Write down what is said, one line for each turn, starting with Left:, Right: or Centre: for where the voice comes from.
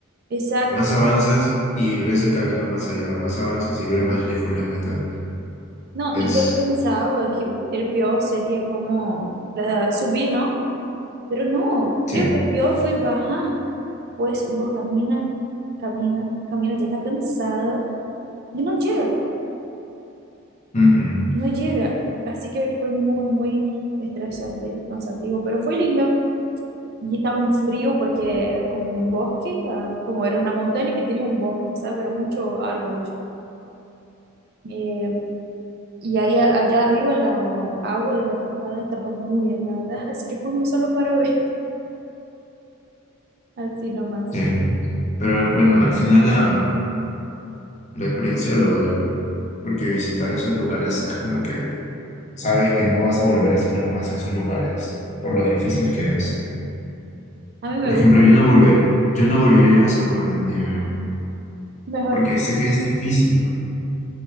Right: Exacto.
Left: Más avanzas y ves el camino más allá, más avanzas y ves más lejos la meta.
Right: No,
Left: Es,
Right: y yo pensaba que el peor sería como la- subir, ¿no? Pero no,
Left: sí,
Right: creo que el peor fue bajar. Pues vos camina, camina, camina, ya está cansado y no llega,
Left: mm, mm,
Right: no llega. Así que fue muy, muy estresante, cansativo, pero fue lindo. Y estaba un frío porque era como un bosque, ah, como era una montaña que tenía un bosque, ¿sabes? Era muchos árboles. Eh, Y ahí, a- allá arriba la agua de la cascada estaba muy helada, <laughs> así que fuimos solo para ver, <laughs> así nomás.
Left: sí. Pero bueno, al final la, la experiencia lo vale, porque visitar esos lugares es como que sabes que no vas a volver así nomás a esos lugares, por lo difícil que es.
Right: A mí me
Left: Por
Right: gusta,
Left: ejemplo, yo no volver, yo no volvería a ese lugar de nieve,
Right: mejor
Left: porque
Right: no.
Left: sé que es difícil, ¿no?